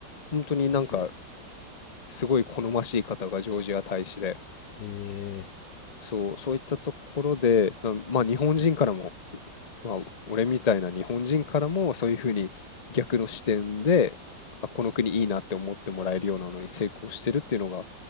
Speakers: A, on the left (about 35°); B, on the left (about 75°).
A: 本当になんか
B: ーマジえ
A: すごい好ましい方がジョージア大使で
B: え
A: そうそういったところでなまあ日本人からもまあ俺みたいな日本人からもそういうふうに逆の視点であこの国いいなって思ってもらえるようなのに成功してるっていうのが、